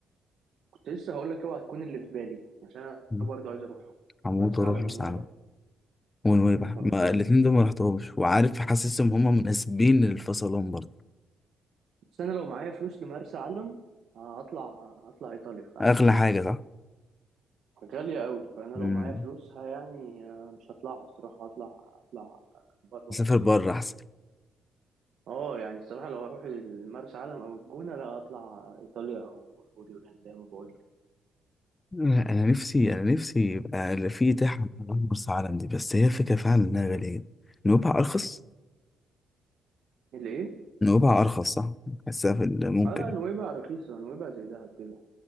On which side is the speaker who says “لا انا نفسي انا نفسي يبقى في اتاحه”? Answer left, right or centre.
Left